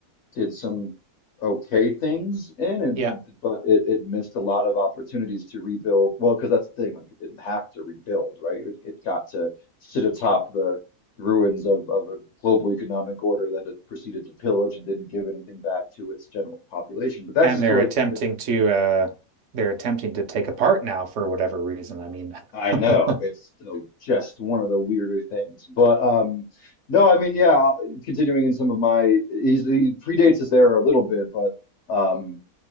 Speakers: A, on the left; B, on the right.
A: did some okay things in, and
B: Yeah.
A: but it it missed a lot of opportunities to rebuild. Well, because that's the thing, like it didn't have to rebuild, right? It, it got to sit atop the ruins of of a global economic order that it proceeded to pillage and didn't give anything back to its general population. But that's
B: And
A: a story
B: they're attempting
A: for a different
B: to
A: day.
B: uh they're attempting to take apart now for whatever reason. I mean,
A: I
B: <laughs>
A: know it's the, just one of the weirder things, but um, no, I mean, yeah. Continuing in some of my, he's, he predates his era a little bit, but um,